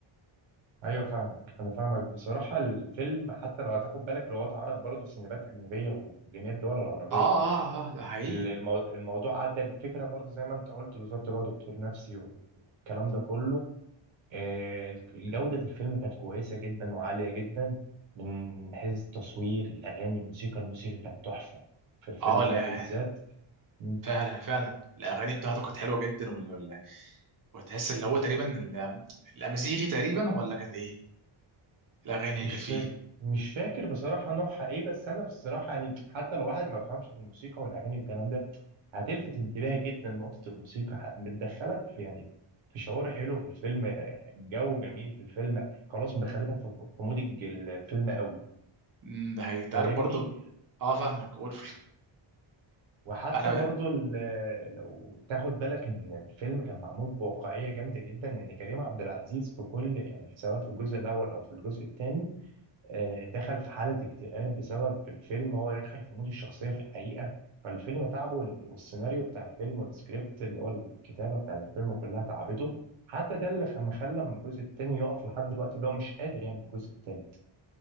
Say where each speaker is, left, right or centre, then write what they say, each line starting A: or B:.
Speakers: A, on the right (about 65°); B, on the right (about 40°).
A: أيوة فاهمك أنا فاهمك بصراحة الفيلم حتى لو هتاخد بالك لو هو اتعرض برضه في سينمات أجنبية وفي جميع الدول العربية
B: اه اه اه ده حقيقي
A: ال- المو... الموضوع عدى الفكرة برضه زي ما أنت قلت بالظبط اللي هو دكتور نفسي والكلام ده كله آه، جودة الفيلم كانت كويسة جدا وعالية جدا من من حيث التصوير الأغاني الموسيقى الموسيقى كانت تحفة في الفيلم
B: اه لا
A: ده بالذات م-
B: فعلا فعلا الاغاني بتاعته كانت حلوه جدا ولا ولا وتحس اللي هو تقريبا ال- الامازيغي تقريبا ولا كانت ايه الاغاني اللي
A: مش
B: كانت
A: فاكر
B: فيه
A: مش فاكر بصراحة نوعها إيه بس أنا بصراحة يعني حتى لو واحد ما بيفهمش في الموسيقى والأغاني والكلام ده هتلفت انتباهي جدا نقطة الموسيقى ه- بتدخلك في يعني في شعور حلو في الفيلم آه، جو جميل في الفيلم خلاص مدخلتك في في مود الج- الفيلم قوي
B: مم، ده هيتعرف
A: فاهمني
B: برضو اه فاهمك وولف <laughs>
A: وحتى
B: انا
A: برضو ال- لو تاخد بالك ان الفيلم كان معمول بواقعيه جامده جدا ان كريم عبد العزيز في كل يعني سواء في الجزء الاول او في الجزء الثاني دخل في حاله اكتئاب بسبب الفيلم هو دخل في مود الشخصيه في الحقيقه فالفيلم تعبه وال- والسيناريو بتاع الفيلم والسكريبت اللي هو الكتابه بتاع الفيلم كلها تعبته حتى ده اللي خم- خلى من الجزء الثاني يقف لحد دلوقتي اللي هو مش قادر يعمل الجزء الثالث